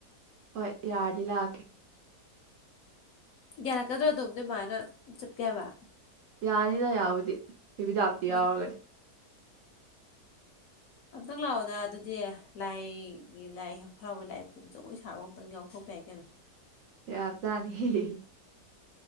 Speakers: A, on the right (about 65°); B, on the left (about 65°).
A: ꯍꯣꯏ ꯌꯥꯔꯗꯤ ꯂꯥꯛꯀꯦ
B: ꯌꯥꯔꯛꯀꯗ꯭ꯔꯣ ꯑꯗꯨꯝ ꯅꯣꯢ ꯃꯥꯅ ꯆꯠꯀꯦ ꯍꯥꯢꯕ
A: ꯌꯥꯅꯤꯗ ꯌꯥꯕꯨꯗꯤ ꯕꯤꯗꯥꯞꯇꯤ
B: ꯍꯣꯏꯗ
A: ꯌꯥꯎꯔꯒ
B: ꯑꯝꯇꯪ ꯂꯥꯛꯑꯣꯗꯅ ꯑꯗꯨꯗꯤ ꯂꯥꯏꯒꯤ ꯂꯥꯏ ꯍꯔꯥꯎꯕꯩ ꯂꯥꯏ ꯄꯨꯕ ꯖꯒꯣꯏ ꯁꯥꯕ ꯑꯃꯨꯛꯇꯪ ꯌꯥꯎꯊꯣꯛꯄ ꯌꯥꯏ ꯀꯩꯅꯣ
A: ꯌꯥꯕꯖꯥꯠꯅꯤ ꯍꯤꯍꯤꯍꯤ